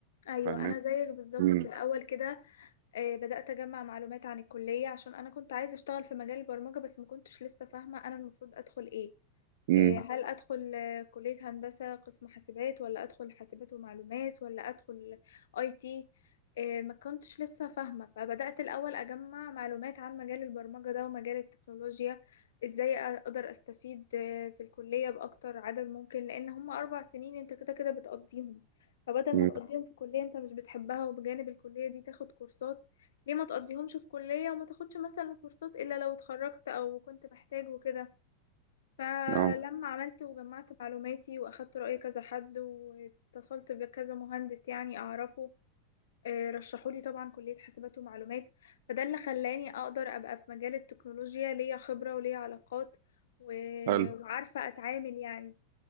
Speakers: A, on the left; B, on the right.
A: أيوة
B: فاهماني؟
A: أنا زيك بالظبط
B: إمم،
A: في الأول كده آه، بدأت أجمع معلومات عن الكلية عشان أنا كنت عايزة أشتغل في مجال البرمجة بس ما كنتش لسه فاهمة أنا المفروض أدخل إيه
B: إمم،
A: آه، صح هل أدخل آه، كلية هندسة قسم حاسبات ولا أدخل حاسبات ومعلومات ولا أدخل أي تي آه، ما كنتش لسه فاهمة فبدأت الأول أجمع معلومات عن مجال البرمجة ده ومجال التكنولوجيا إزاي أقدر أستفيد آه، في الكلية بأكتر عدد ممكن لأن هما أربع سنين أنت كده كده بتقضيهم فبدل
B: إمم،
A: ما تقضيهم في كلية أنت مش بتحبها وبجانب الكلية دي تاخد كورسات ليه ما تقضيهمش في كلية وما تاخدش مثلا كورسات إلا لو اتخرجت أو كنت محتاج وكده فلما
B: آه،
A: عملت وجمعت معلوماتي وأخدت رأي كذا حد واتصلت بكذا مهندس يعني أعرفه آه، رشحولي طبعا كلية حاسبات ومعلومات فده اللي خلاني أقدر أبقى في مجال التكنولوجيا ليا خبرة وليا علاقات و-
B: حلو،
A: وعارفة أتعامل يعني